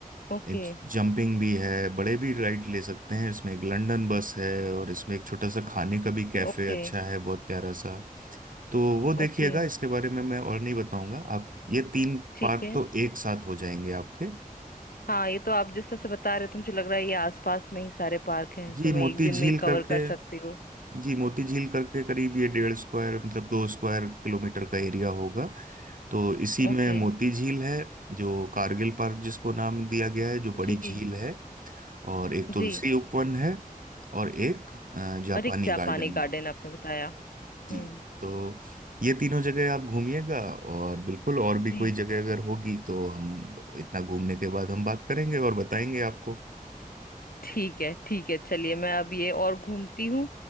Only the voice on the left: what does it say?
Okay
Okay
Okay
ठीक
है
हाँ ये तो आप जिस तरह से बता रहे हो तो मुझे लग रहा है ये आसपास में ही सारे पार्क हैं
तो मैं
एक दिन
में ही कवर
कर सकती हूँ
ओके
जी
जी
और एक जापानी
गार्डन
आपने बताया
हम्म
जी
ठीक है ठीक है चलिए मैं अब ये और घूमती हूँ